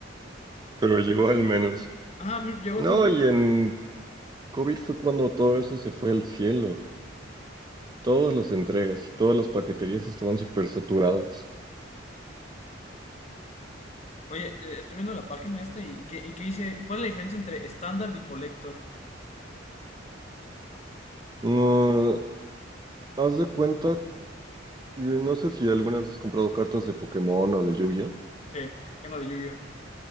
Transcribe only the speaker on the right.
pero llegó al menos.
No,
y en COVID fue cuando todo eso se fue al cielo. Todas las entregas, todas las paqueterías estaban súper saturadas.
Mm, Haz de cuenta, eh, no sé si alguna vez has comprado cartas de Pokémon o de Yu-Gi-Oh.